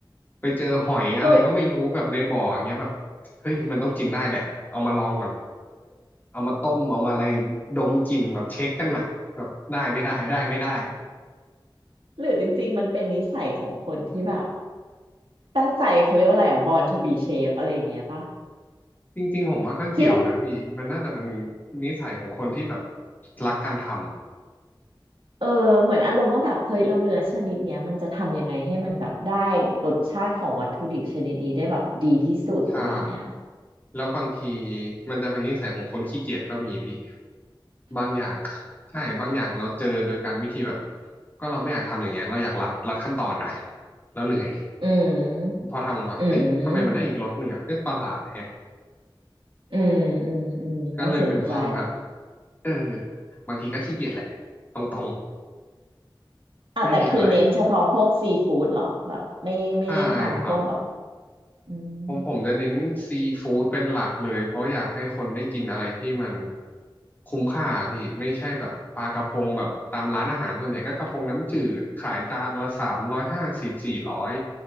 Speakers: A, on the left; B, on the right.
A: ไปเจอหอยอะไรก็ไม่รู้แบบในบ่ออย่างเงี้ยแบบ
B: <laughs> สุด
A: เฮ้ยมันต้องกินได้แหละเอามาลองก่อนเอามาต้มเอามาอะไรดมกลิ่นแบบเช็คกันอะแบบได้ไม่ได้ได้ไม่ได้
B: หรือจริงๆมันเป็นนิสัยของคนที่แบบ ตั้งใจเขาเรียกว่าอะไรอะ born to be chef อะไรอย่างเงี้ยปะ
A: จริงๆผมว่าก็เกี่ยวนะพี่มันน่าจะเป็น
B: ที่
A: นิสัยของคนที่แบบรักการทำอ่ะ
B: เออเหมือนอารมณ์ว่าแบบเฮ้ยเราเนื้อชนิดเนี้ยมันจะทำยังไงให้มันแบบได้รสชาติของวัตถุดิบชนิดนี้ได้แบบดีที่สุดอะไรอย่างเงี้ย
A: ใช่ แล้วบางทีมันจะเป็นนิสัยของคนขี้เกียจก็มีพี่บางอย่างใช่บางอย่างเราเจอโดยการวิธีแบบก็เราไม่อยากทำอย่างเงี้ยเราอยากรัดรัดขั้นตอนนะเราเหนื่อย
B: อืม
A: พอทำออกมาเอ้ยทำไมมันได้อีกรสหนึ่งอ่ะเอ้ยประหลาดแฮะ
B: อืมอืมอืมอืมน่าสนใจ
A: ก็เลยเป็นความแบบเออบางทีก็ขี้เกียจแหละตรงๆไม่มีอะไร
B: อ่ะแต่คือเน้นเฉพาะพวกซีฟู้ดเหรอแบบไม่ไม่ได้ทำพวกแบบ
A: ใช่ครับ
B: อืม
A: ผมผมจะเน้นซีฟู้ดเป็นหลักเลยเพราะอยากให้คนได้กินอะไรที่มันคุ้มค่าพี่ไม่ใช่แบบปลากระพงแบบตามร้านอาหารส่วนใหญ่ก็กระพงน้ำจืดขายจานละสามร้อยห้าสิบสี่ร้อย